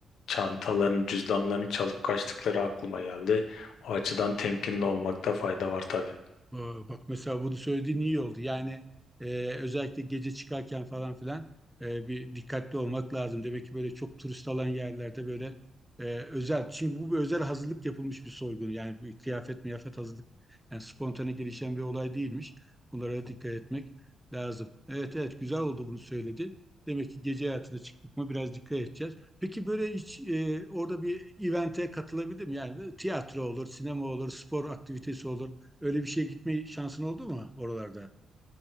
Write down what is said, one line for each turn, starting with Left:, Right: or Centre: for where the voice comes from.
Left: çantalarını, cüzdanlarını çalıp kaçtıkları aklıma geldi. O açıdan temkinli olmakta fayda var tabii.
Centre: Ee, Bak mesela bunu söylediğin iyi oldu. Yani e, özellikle gece çıkarken falan filan e, bir dikkatli olmak lazım. Demek ki böyle çok turist alan yerlerde böyle e, özel. Çünkü bu bir özel hazırlık yapılmış bir soygun. Yani bir kıyafet miyafet hazırlık. Yani spontane gelişen bir olay değilmiş. Bunlara dikkat etmek lazım. Evet evet güzel oldu bunu söyledi. Demek ki gece hayatına çıktık mı biraz dikkat edeceğiz. Peki böyle hiç e, orada bir event'e katılabilir miyim? Yani tiyatro olur, sinema olur, spor aktivitesi olur. Öyle bir şeye gitme şansın oldu mu oralarda?